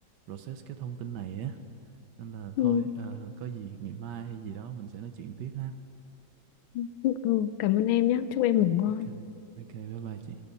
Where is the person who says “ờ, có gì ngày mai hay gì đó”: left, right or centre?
Right